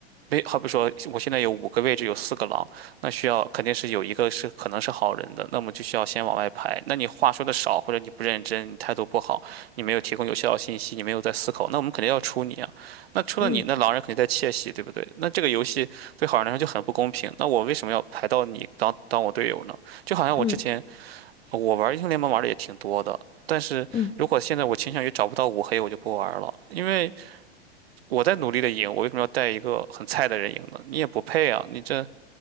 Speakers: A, on the right; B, on the left.
A: 没，好比说，我现在有五个位置，有四个狼，那需要肯定是有一个是可能是好人的，那么就需要先往外排。那你话说的少，或者你不认真，你态度不好，你没有提供有效的信息，你没有在思考，那我们肯定要出你啊。那出了你，
B: 嗯
A: 那狼人肯定在窃喜，对不对？那这个游戏对好人来说就很不公平。那我为什么要排到你当当我队友呢？就好像我之前
B: 嗯
A: 我玩英雄联盟玩的也挺多的，但是如果现在我倾向于找不到五黑，
B: 嗯。
A: 我就不玩了，因为。我在努力的赢，我为什么要带一个很菜的人赢呢？你也不配啊！你这